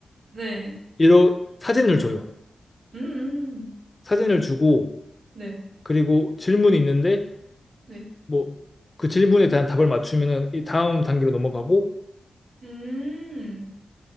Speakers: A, on the right; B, on the left.
A: 네,
B: 이러, 사진을 줘요.
A: 음, 음.
B: 사진을 주고,
A: 네,
B: 그리고 질문이 있는데,
A: 네,
B: 뭐 그 질문에 대한 답을 맞추면은 이 다음 단계로 넘어가고
A: 음,